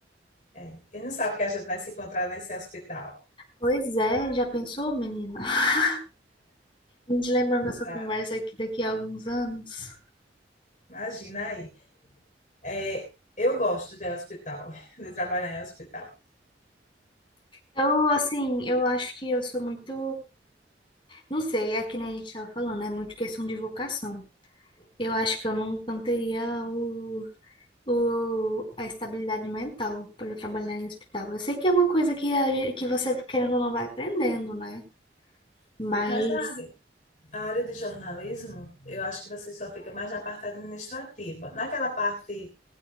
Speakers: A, on the left; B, on the left.
A: É. Quem não sabe que a gente vai se encontrar nesse hospital?
B: Pois é, já pensou, menina? <laughs> A gente lembrando dessa
A: Ah,
B: conversa aqui daqui a alguns anos.
A: Imagina aí. É, eu gosto de hospital, <laughs> de trabalhar em hospital.
B: Eu, assim, eu acho que eu sou muito Não sei, é que nem a gente estava falando, é muito questão de vocação. Eu acho que eu não, não teria o, o, a estabilidade mental para trabalhar em hospital. Eu sei que é uma coisa que, a gen- que você, querendo ou não, vai aprendendo, né? Mas.
A: Mas na área, a área de jornalismo, eu acho que você só fica mais na parte administrativa. Naquela parte